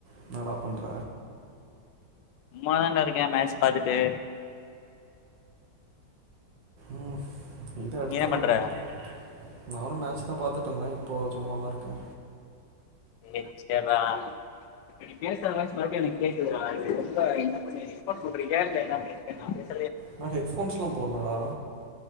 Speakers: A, on the right; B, on the left.
A: என்னடா பண்ற.
B: சும்மாதாடா இருக்கே மேட்ச் பாத்துட்டு.
A: ம் இத எடுத்துருவாங்களா.
B: நீ என்ன பண்ற
A: நீ என்ன பண்ற. நானு மேட்சாதா பாத்துட்டு இருந்தே இப்போ சும்மாதா இருக்கே.
B: டேய் சேர்றா நீ பேசுற வாய்ஸ் மறுபடியு எனக்கு கேக்குதுடா இது ரொம்ப என்ன பண்ணி ரெக்கார்ட் போட்றிக்கியா இல்ல என்ன பண்ணிருக்க நா பேஸ்
A: நா ஹெட்ஃபோன்ஸ்லா போட்லடா.